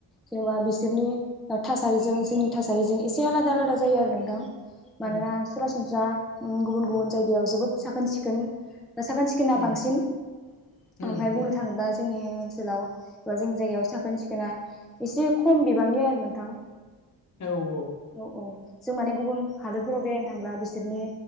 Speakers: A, in the centre; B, on the left.
A: जेनेबा बिसोरनि ओ थासारिजों जोंनि थासारिजों एसे आलादा-आलादा जायो आरो नोंथां
B: उम
A: मानोना सरासनस्रा ओं गुबुन-गुबुन जायगायाव जोबोद साखोन सिखोन साखोन सिखोना
B: उम
A: बांसिन ओमफाय
B: उम
A: बुंनो
B: उम
A: थाङोब्ला जे नि ओनसोलाव एबा जोंनि जायगायाव साखोन सिखोनआ एसे खम बिबांनि आरो नोंथां
B: औ औ
A: औ-औ जों माने गुबुन हादरफोराव बेरायनो थांब्ला बिसोरनि